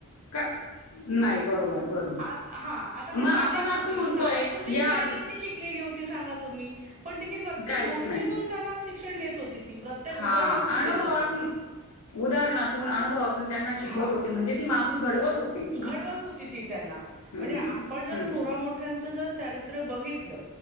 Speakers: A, on the left; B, on the right.
A: का नाही बरोबर बरोबर
B: आ हा आता
A: मग
B: ते
A: आपण
B: साने
A: असं
B: गुरुजी
A: म्हणतोय
B: साने गुरुजींची
A: या आधी
B: आई किती शिकलेली होती सांगा तुम्ही. पण तिनी प्रत्येक
A: काहीच
B: गोष्टीतून
A: नाही
B: त्यांना शिक्षण देत होती. ती प्रत्येक
A: हा
B: उदाहरणातून
A: अनुभवातून
B: देत होते.
A: उदाहरणातून अनुभवात त्यांना शिकवत
B: हा
A: होते. म्हणजे ती माणूस घडवत हो
B: घडवत होती ती त्यांना.
A: हम्म
B: म्हणजे आपण जर
A: हम्म
B: थोरामोठ्यांच जर चारी रित्र बघितल